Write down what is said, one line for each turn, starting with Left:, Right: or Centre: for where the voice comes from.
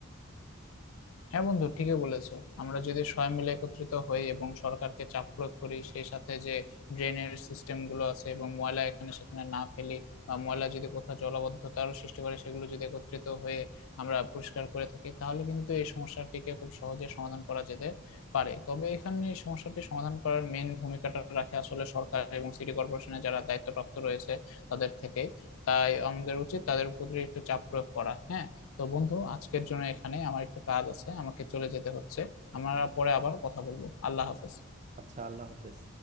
Left: হ্যাঁ বন্ধু ঠিকই বলেছো আমরা যদি সবাই মিলে একত্রিত হই এবং সরকারকে চাপ প্রয়োগ করি সেই সাথে যে ড্রেনের সিস্টেম গুলো আছে এবং ময়লা এখানে সেখানে না ফেলি বা ময়লা যদি কোথাও জলাবদ্ধতারও সৃষ্টি করে সেগুলো যদি একত্রিত হয়ে আমরা পরিষ্কার করে থাকি তাহলে কিন্তু এই সমস্যাটিকে খুব সহজে সমাধান করা যেতে পারে তবে এখানে এই সমস্যাটি সমাধান করার মেন ভূমিকাটা রাখে আসলে সরকার এবং সিটি কর্পোরেশনে যারা দায়িত্বপ্রাপ্ত রয়েছে তাদের থেকে তাই আমাদের উচিত তাদের উপর একটু চাপ প্রয়োগ করা হ্যাঁ তো বন্ধু আজকের জন্য এখানে আমার একটু কাজ আছে আমাকে চলে যেতে হচ্ছে আমরা পরে আবার কথা বলবো আল্লাহ হাফেজ
Right: আচ্ছা আল্লাহ হাফেজ